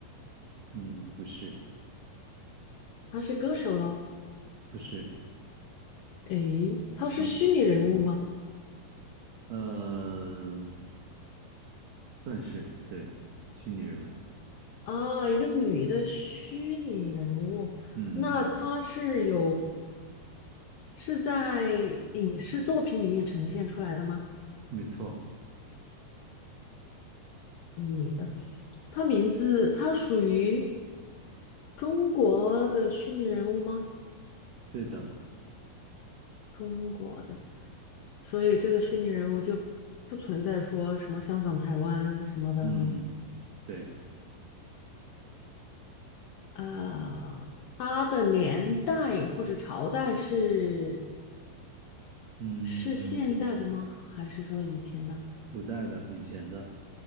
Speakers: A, on the right; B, on the left.
A: 嗯，不是，
B: 她是歌手咯？
A: 不是，
B: 诶，她是虚拟人物吗？
A: 嗯，呃，算是，对，虚拟人物。
B: 啊，一个女的虚拟人物，
A: 嗯，
B: 那她是有是在影视作品里面呈现出来的吗？
A: 没错，
B: 女的，她名字她属于中国的虚拟人物吗？
A: 对的。
B: 中国的。所以这个虚拟人物就不存在说什么香港、台湾什么的哈。
A: 嗯，对，
B: 呃，它的年代或者朝代是
A: 嗯，
B: 是现在的吗？还是说以前的？
A: 古代的，以前的。